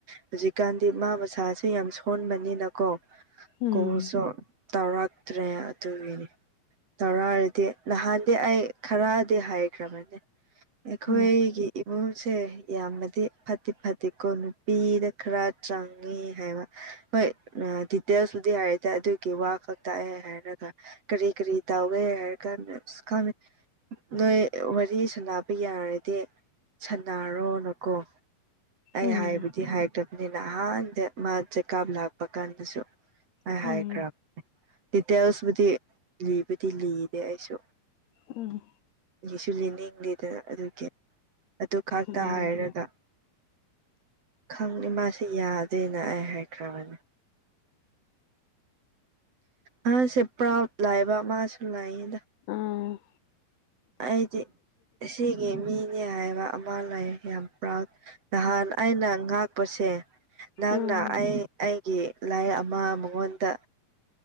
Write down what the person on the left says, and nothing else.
ꯎꯝ
ꯎꯝ
ꯎꯝ
ꯎꯝ
ꯑꯣ
ꯎꯝ
ꯑꯥ
ꯎꯝ